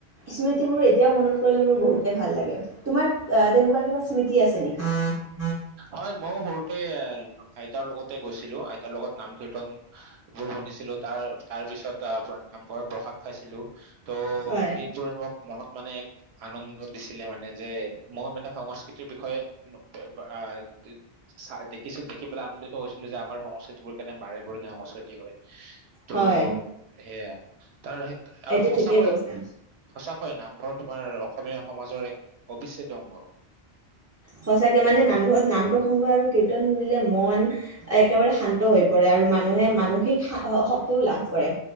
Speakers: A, on the right; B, on the right.
A: স্মৃতিবোৰ এতিয়াও মনত পৰিলে মোৰ বহুতেই ভাল লাগে। তোমাৰ অ' তেনেকুৱা কিবা স্মৃতি আছে নেকি?
B: হয় মইও সৰুতে, আইতাৰ লগত গৈছিলো, আইতাৰ লগত নাম বোৰ শুনিছিলো তাৰ, তাৰ পিছত নামঘৰৰ প্ৰসাদ খাইছিলো। ত'
A: হয়,
B: সেইবোৰ <unintelligible> মনত মানে এক আনন্দ দিছিলে মানে যে, মই মানে সংস্কৃতিৰ বিষয়ে <unintelligible> দেখিছোঁ, দেখি পেলাই আনন্দিত হৈছিলো যে আমাৰ সংস্কৃতিবোৰ কেনেকুৱা বাৰেবৰণীয়া সংস্কৃতি হয়। ত'
A: হয়,
B: সেইয়া। তাৰ সেই আৰু
A: এইটো
B: সঁচাকৈয়ে,
A: ঠিকেই কৈছা।
B: সঁচা। হয় নামঘৰ তোমাৰ, অসমীয়া সমাজৰ এক অবিচ্ছেদ্য অংগ।
A: সঁচাকে মানে নামঘৰত নাম-প্ৰসংগ আৰু কীৰ্তন শুনিলে, মন একেবাৰে শান্ত হৈ পৰে আৰু মানুহে মানসিক শক্তিও লাভ কৰে।